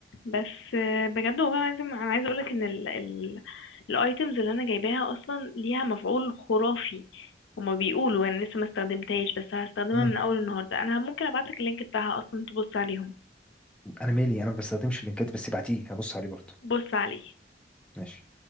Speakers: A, on the left; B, in the centre.
A: بس آه، بجد والله العظيم انا عايزه اقولك ان ال ال الايتمز اللي انا جايباها اصلا ليها مفعول خرافي هما بيقولوا انا لسه ما استخدمتهاش بس هستخدمها
B: مم.
A: من اول النهارده انا ممكن ابعتلك اللينك بتاعها اصلا تبص عليهم
B: انا مالي انا ما بستخدمش اللينكات بس ابعتيه هبص عليه برضه
A: بص عليه
B: ماشي